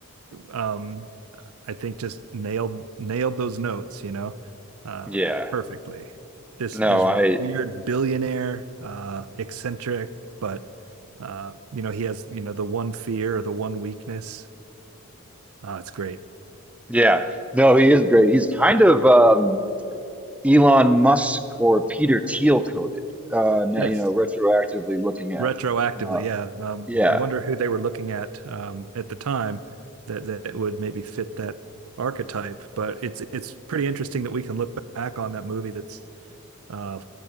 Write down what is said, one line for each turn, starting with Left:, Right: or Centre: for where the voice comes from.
Right: um I think just nailed nailed those notes, you know, uh,
Centre: Yeah.
Right: perfectly. This
Centre: No,
Right: this
Centre: I.
Right: weird billionaire, uh, eccentric, but uh, you know, he has, you know, the one fear or the one weakness. Uh, it's great.
Centre: Yeah, no, he is great. He's kind of um, Elon Musk or Peter Thiel coded. Uh, now,
Right: Yes,
Centre: you know, retroactively looking at,
Right: retroactively,
Centre: uh,
Right: yeah. Um,
Centre: yeah,
Right: I wonder who they were looking at um, at the time that that would maybe fit that archetype. But it's it's pretty interesting that we can look back on that movie that's uh